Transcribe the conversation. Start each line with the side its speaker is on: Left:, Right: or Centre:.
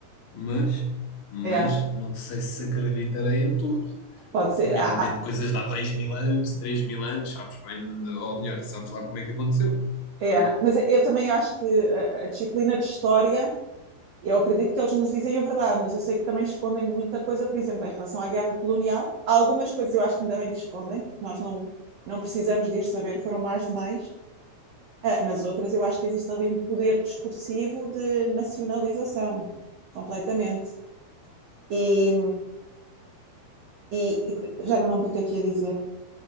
Left: Mas, mas
Right: É,
Left: não sei se acreditarei em tudo.
Right: pode ser.
Left: Nomeadamente
Right: Ah, ah,
Left: coisas de há dois mil anos, três mil anos, sabes bem, ou melhor, sabes lá como é que aconteceu,
Right: é.
Left: né?
Right: Mas eu eu também acho que a, a disciplina de história, eu acredito que eles nos dizem a verdade, mas eu sei que também escondem muita coisa, por exemplo, em relação à guerra colonial. Há algumas coisas eu acho que ainda bem que escondem, porque nós não, não precisamos de as saber, foram mais demais. Ah, mas outras eu acho que existe ali um poder discursivo de nacionalização, completamente. E, e- e já não me lembro o que é que ia dizer.